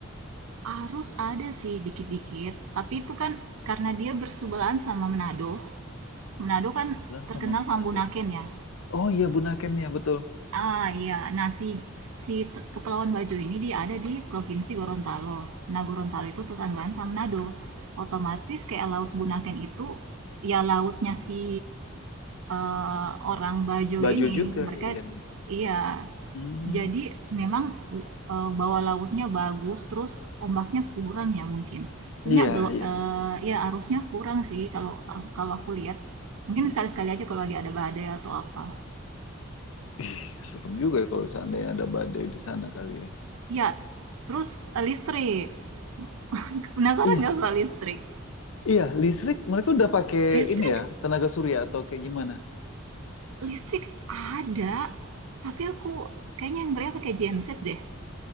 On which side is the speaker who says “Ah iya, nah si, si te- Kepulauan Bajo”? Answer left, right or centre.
Right